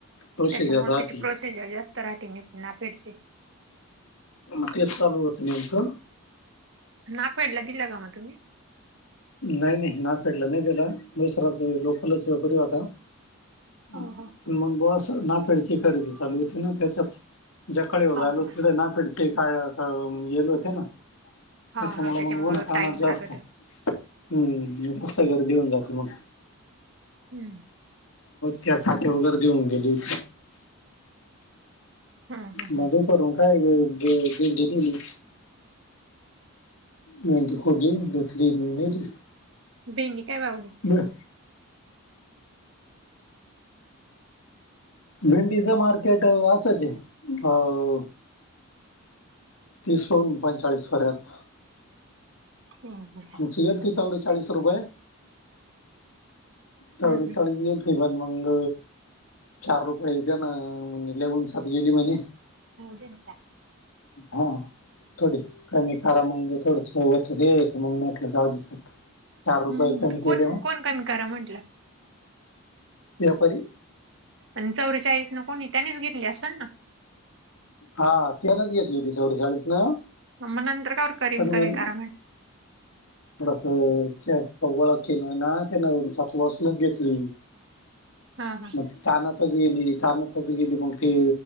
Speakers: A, on the left; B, on the right.
A: प्रोसिजर
B: त्याच्यामुळ
A: राहते
B: त्याची प्रोसिजर जास्त राहते नि नाफेडची.
A: मग, तेच चालू होत नेमकं
B: नाफेडला दिलं का मग तुम्ही?
A: नई नई नाफेडला नई दिला दुसराच लोकलच व्यापारी होता.
B: हो
A: मग,
B: हो
A: बस नाफेडची खरेदी चालू होती ना त्याच्यात <unintelligible>
B: हा हा
A: पुढे नाफेड चे काय काय गेलो होतो ना.
B: हा
A: त्याच्यामुळ
B: हा त्याच्यामुळे
A: मग, उन्हातान्हात
B: टाइम
A: जास्त.
B: लागत
A: हम्म जास्त गर्दी होऊन जाते मग.
B: हम्म
A: त्या खात्यावर गर्दी होऊन गेली.
B: हम्म हम्म
A: मग दुपारून काय भेंडी दिली. नाही ते
B: हम्म
A: खोदलयं <unintelligible>
B: भेंडी काय भाव हाय?
A: बीड भेंडीच मार्केट असंच आहे. अ तीस लोन पंचाळीस पर्यंत?
B: हो हो.
A: मग ती गेलती चौरेचाळीस रुपये? चवरे
B: हम्म
A: चाळीस गेल त पण मंग चार रुपयेत ना म्हण लउनच. आत गेली म्हणे,
B: हम्म हम्म
A: हा. थोडी कमी करा म्हणजे थोडासा <unintelligible> तुझे येते मग म्हटलं जाऊ दे. चार रुपये
B: हम्म
A: कमी केले
B: कोण
A: मग
B: कोण कमी करा म्हंटलं?
A: व्यापारी.
B: आणि चौरेचाळीस ना कोणी त्यानीच घेतली असल ना?
A: हा त्यानच घेतली होती चौरेचाळीस न.
B: मग, नंतर कावर करीन
A: पण म्हण
B: कमी करा म्हणल.
A: थोडस ओळख केन ना त्यांन सात वासलून घेतली.
B: हा हा
A: मग ते तानातच गेली तानातच गेली मग ते.